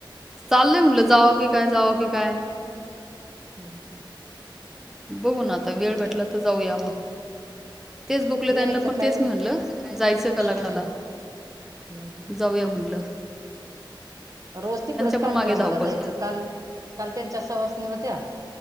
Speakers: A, in the centre; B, on the right.
A: चाललंय म्हणलं जाव की काय जावं की काय.
B: हम् हम्.
A: बघू ना आता वेळ भेटला
B: जाऊ
A: तर जाऊया मग. तेच बुकलेताईनां
B: यायचं
A: पण
B: काय
A: तेच मी म्हणलं जायचं का लग्नाला.
B: हम्म हम्म
A: जाऊया म्हणलं.
B: रोज तिकडच
A: पण
B: कार्यक्रमाला
A: मागे धावपळ.
B: जायचं काल काल त्यांच्या सवासनी होत्या.